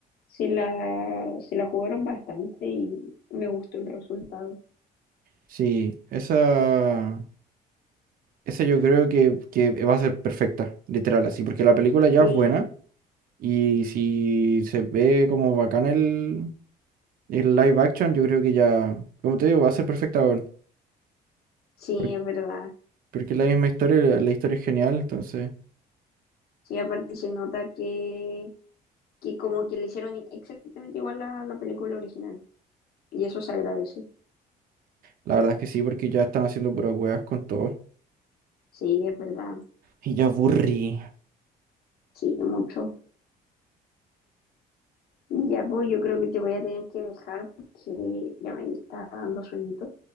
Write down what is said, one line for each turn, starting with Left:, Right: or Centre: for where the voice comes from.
Left: Se la, se la jugaron bastante y me gustó el resultado.
Right: Sí, esa, esa yo creo que, que va a ser perfecta, literal, así, porque la película ya
Left: Sí.
Right: es buena y si se ve como bacán el, el live action, yo creo que ya, como te digo, va a ser perfecta, weón,
Left: Sí,
Right: por-
Left: es verdad.
Right: Porque, es la misma historia, la, la historia es genial, entonces,
Left: Sí, aparte se nota que, que como que le hicieron exactamente igual a la película original. Y eso se agradece.
Right: la verdad es que sí, porque ya están haciendo puras weas con todo.
Left: Sí, es verdad.
Right: Y ya aburrí.
Left: Sí, mucho. Ya, pues yo creo que te voy a tener que dejar porque ya me está dando sueñito.